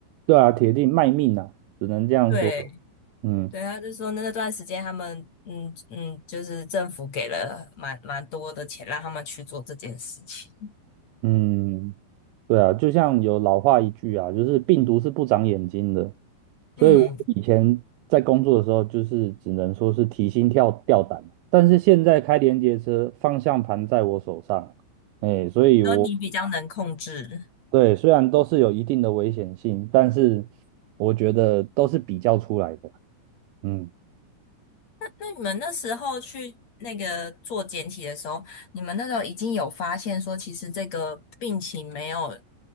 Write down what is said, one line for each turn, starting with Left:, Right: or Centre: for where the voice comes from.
Right: 对啊，铁定卖命啊，只能这样说。
Left: 对
Right: 嗯。
Left: 对，他就说那段时间他们嗯嗯，就是政府给了蛮蛮多的钱让他们去做这件事情。
Right: 嗯，对啊，就像有老话一句啊，就是病毒是不长眼睛的，所以我以前在工作的时候，
Left: 嗯，
Right: 就是只能说是提心跳吊胆啊，但是现在开连接车，方向盘在我手上，哎，所以我
Left: 说你比较能控制。
Right: 对虽然都是有一定的危险性，但是我觉得都是比较出来的，嗯。
Left: 那你们那时候去那个做检体的时候，你们那时候已经有发现说，其实这个病情没有